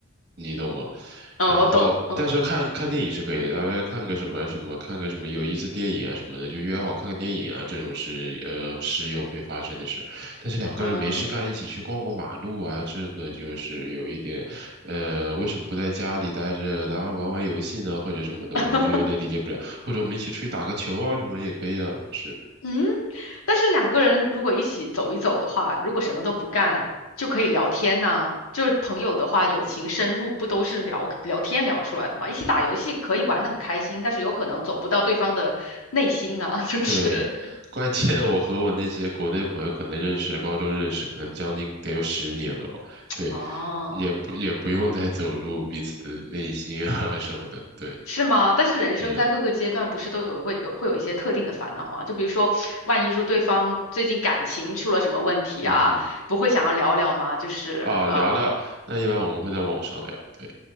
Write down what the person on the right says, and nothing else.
你懂吗？
然后，
但是看看电影是可以的，然后看个什么什么，看个什么有意思电影啊什么的，就约好看个电影啊，这种是呃时有会发生的事。但是两个人没事干，
一起去逛逛马路啊，这个就是有一点，呃，为什么不在家里待着，然后玩玩游戏呢，或者什么的，
我就有点理解不了。或者我们一起出去打个球啊，什么也可以啊，是。
对，关键我和我那些国内朋友可能认识，高中认识，可能将近得有十年了吧。
对，
也不也不用再走入彼此的内心啊什么的。对，
嗯
嗯哼，
啊，聊聊，那一般我们会在网上聊。对。